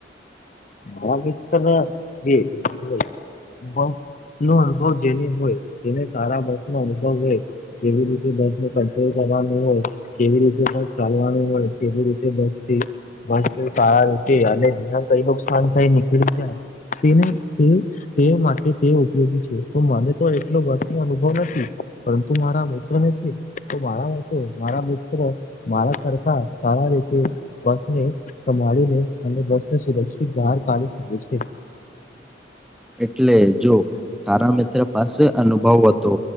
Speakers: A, on the left; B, in the centre.
A: <inaudible> નો અનુભવ જેને હોય તેને સારા બસ નો અનુભવ હોય કેવી રીતે બસ ને કંટ્રોલ કરવાનું હોય કેવી રીતે પણ ચાલવાનું હોય કેવી રીતે બસ થી બસ સારા રીતે અને વિના કઈ નુકસાન થઈ નીકળી જાય તે. તે માટે તે ઉપયોગી છે તો મને તો એટલો બસ નો અનુભવ નથી પરંતુ મારા મિત્રને છે. તો મારા માટે મારા મિત્રો મારા કરતા સારા રીતે બસને સંભાળીને અને બસ ને સુરક્ષિત બહાર કાઢી શકે છે.
B: એટલે જો તારા મિત્ર પાસે અનુભવ હતો.